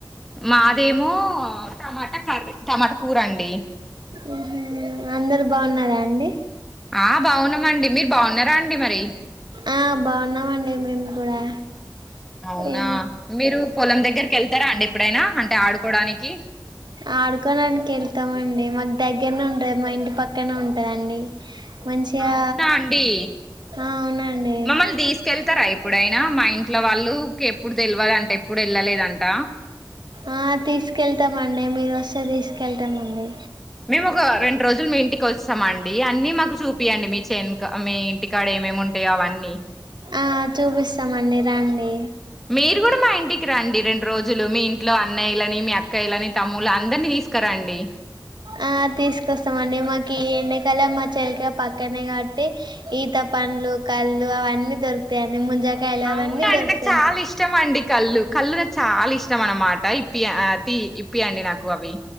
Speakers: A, in the centre; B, on the right.
A: మాదేమో టమాటా కర్రీ టమాటా కూరండి
B: ఉ హుమ్ అందరు బాగున్నారా అండి
A: ఆ బాగున్నామండి మీరు బాగున్నారా అండి మరి
B: ఆ బాగున్నామండి మేము కూడా
A: అవునా
B: ఏ
A: మీరు పొలం దగ్గరికి వెళ్తారా అండి ఎప్పుడైనా అంటే ఆడుకోడానికి
B: ఆడుకోవడానికి వెళ్తామండి మాకు దగ్గరనే ఉంటది మా ఇంటి పక్కనే ఉంటదండి మంచిగా
A: అవునా అండి
B: అవునండి
A: మమ్మల్ని తీసుకెళ్తారా ఎప్పుడైనా మా ఇంట్లో వాళ్ళు ఎప్పుడు తెలివదంట ఎప్పుడు వెళ్ళలేదంట
B: అ తీసుకెళ్తామండి మీరు వస్తే తీసుకెళ్తామండి
A: మేము ఒక రెండు రోజులు మీ ఇంటికి వస్తామండి అన్నీ మాకు చూపియండి మీ చెన్ మీ ఇంటికాడ ఏమేమి ఉంటాయో అవన్నీ
B: ఆ చూపిస్తామండి రండి
A: మీరు కూడా మా ఇంటికి రండి రెం రోజులు మీ ఇంట్లో అన్నయ్యలని మీ అక్కయలని తమ్ములు అందరిని తీసుకోండి
B: ఆ తీసుకొస్తామండి మాకు ఈ ఎండాకాల మా చేలిక పక్కనే కాబట్టి ఈత పండ్లు కళ్ళు అవన్నీ దొరుకుతాయండి ముంజకాయలు
A: అవునండి
B: అవన్నీ దొరుకుతాయి
A: నాకు చాలా ఇష్టం అండి కళ్ళు కళ్ళు నాకు చాలా ఇష్టం అన్నమాట ఇప్పి ఇప్పి అండి నాకు అవి